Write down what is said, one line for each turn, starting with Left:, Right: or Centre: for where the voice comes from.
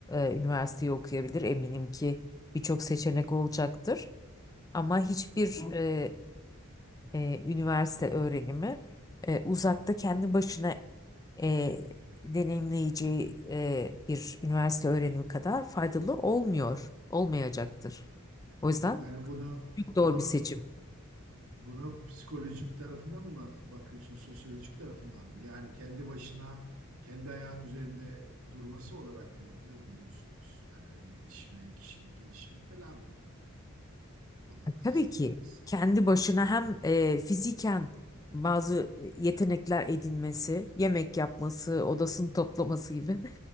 Left: e, üniversiteyi okuyabilir. Eminim ki birçok seçenek olacaktır. Ama hiçbir e, e, üniversite öğrenimi e, uzakta kendi başına e, deneyimleyeceği e, bir üniversite öğrenimi kadar faydalı olmuyor, olmayacaktır. O yüzden
Right: Yani bunu
Left: çok doğru
Right: bunu
Left: bir seçim.
Right: bunu psikolojik tarafından mı bakıyorsun, sosyolojik tarafından mı? Yani kendi başına, kendi ayağının üzerinde durması olarak mı yorumluyorsunuz? Yani öyle yetişme, kişilik gelişimi falan gibi onu kastettiniz.
Left: Tabii ki kendi başına hem e, fiziken bazı yetenekler edinmesi, yemek yapması, odasını toplaması gibi